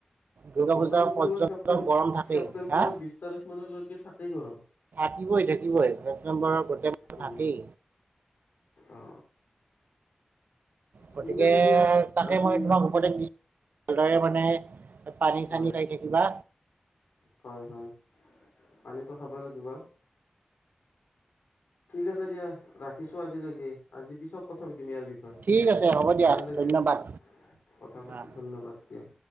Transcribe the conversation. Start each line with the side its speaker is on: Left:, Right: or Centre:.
Right: দুৰ্গা
Left: মোটামুটি
Right: পূজা পৰ্যন্ত
Left: তোমাৰ ছেপ্টেম
Right: গৰম থাকেই
Left: ছেপ্টেম্বৰৰ
Right: হা
Left: বিশ তাৰিখ মানলৈকে থাকেই গৰম
Right: থাকিবই থাকিবই ছেপ্টেম্বৰৰ গোটেই মাহ
Left: উম
Right: থাকেই
Left: অ
Right: গতিকে
Left: ঠিক আছে দিয়া
Right: তাকে
Left: আজি
Right: মই তোমাক উপদেশ দি ভালদৰে মানে পানী
Left: হয়
Right: চানী খাই থাকিবা
Left: হয় হয় পানীটো খাবই লাগিব ঠিক আছে দিয়া ৰাখিছো আজিলৈকে আজি পিছত কথা পাতিম ইয়াৰ বি হয়
Right: ঠিক আছে হ'ব দিয়া
Left: ভালে লাগিল
Right: ধন্যবাদ
Left: কথা পাতি
Right: অ
Left: ধন্যবাদ দিয়া।